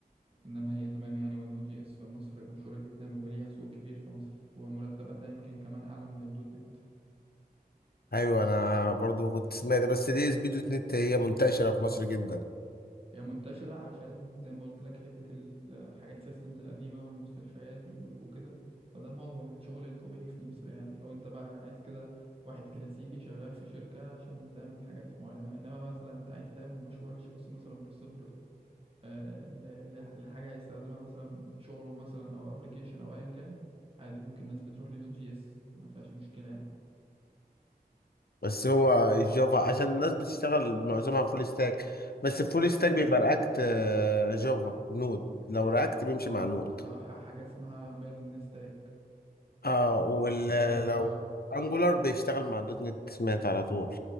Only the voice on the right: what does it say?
انما هي تمام يعني والنود جي اس في مصر مشهوره جدا وليها سوق كبير في مصر ومرتباتها يمكن كمان اعلى من الدوت نت
هي منتشره عشان زي ما قلت لك حته الحاجات السيستمز القديمه والمستشفيات البنوك وكده فده معظم الشغل الطبيعي في مصر يعني لو انت بقى عايز كده واحد كلاسيكي شغال في شركه عشان بتعمل حاجات معينه انما مثلا انت عايز تعمل مشروع لشخص مثلا من الصفر آه، ل- ل- لحاجه هيستخدمها مثلا في شغله مثلا او ابلكيشن او ايا كان عادي ممكن ناس بتروح لنود جي اس ما فيهاش مشكله يعني.
اه
بتبقى ح- حاجة اسمها ميرن ستاك
بيشتغلوا ب